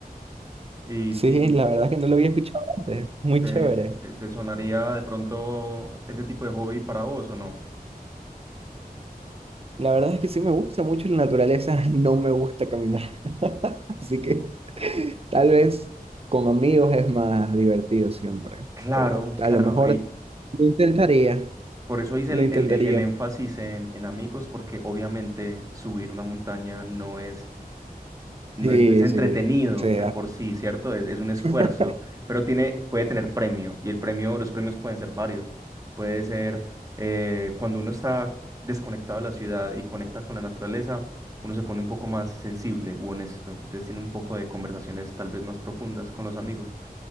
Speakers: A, on the right; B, on the right.
A: y,
B: Sí,
A: y
B: la verdad es que no lo había escuchado antes. Muy
A: te,
B: chévere.
A: te- te sonaría de pronto ese tipo de hobby para vos o no?
B: La verdad es que sí me gusta mucho la naturaleza, <laughs> no me gusta caminar. <laughs> Así que tal vez con amigos es más divertido siempre,
A: Claro,
B: pero a
A: claro,
B: lo mejor
A: y
B: lo intentaría,
A: por eso hice
B: lo
A: el,
B: intentaría.
A: el- el- el énfasis en, en amigos, porque obviamente subir una montaña no es No
B: Sí,
A: es, no es entretenido
B: sí, sea.
A: de por sí, ¿cierto? Es, es un esfuerzo,
B: <laughs>
A: pero tiene, puede tener premio y el premio, los premios pueden ser varios. Puede ser eh, cuando uno está desconectado de la ciudad y conecta con la naturaleza, uno se pone un poco más sensible u honesto. Entonces tiene un poco de conversaciones tal vez más profundas con los amigos.